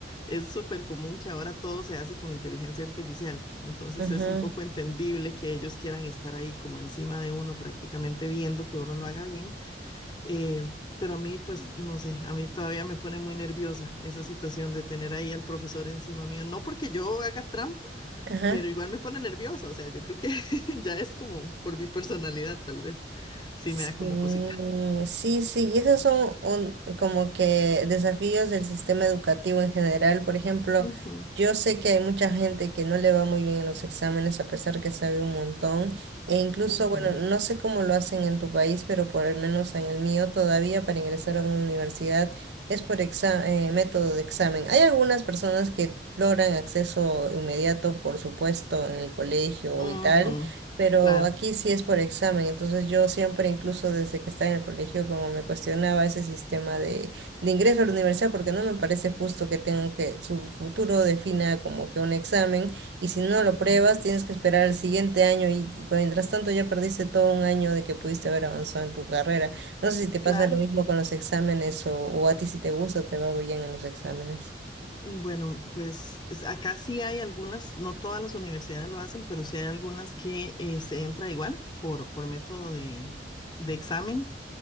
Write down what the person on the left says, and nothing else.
es súper común que ahora todo se hace con inteligencia artificial. Entonces
es un poco entendible que ellos quieran estar ahí como encima de uno, prácticamente viendo que uno lo haga bien. eh, pero a mí, pues, no sé, a mí todavía me pone muy nerviosa esa situación de tener ahí al profesor encima mío. No porque yo haga trampa
pero igual me pone nerviosa, o sea, yo creo que <laughs> ya es como por mi personalidad, tal vez, sí
me da como cosita.
Ujú,
ujú,
ujú,
claro,
ujú,
claro.
Bueno, pues es- acá sí hay algunas, no todas las universidades lo hacen, pero sí hay algunas que eh, se entra igual por, por método de, de examen.